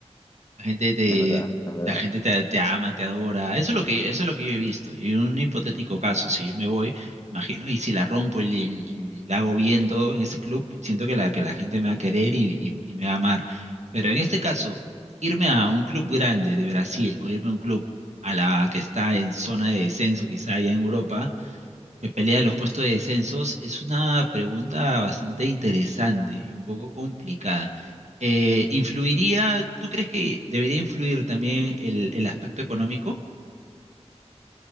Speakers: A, on the right (about 80°); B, on the left (about 35°).
A: La gente te,
B: es verdad, es verdad.
A: la gente te, te ama, te adora. Eso es lo que, eso es lo que yo he visto. Y en un hipotético caso, si yo me voy, imagino, y si la rompo y, y- y la hago bien todo en ese club, siento que la, que la gente me va a querer y, y- y me va a amar. Pero en este caso, irme a un club grande de Brasil o irme a un club a la que está en zona de descenso, quizá allá en Europa que pelea los puestos de descensos, es una pregunta bastante interesante y un poco complicada. Eh, ¿influiría, tú crees que debería influir también el, el aspecto económico?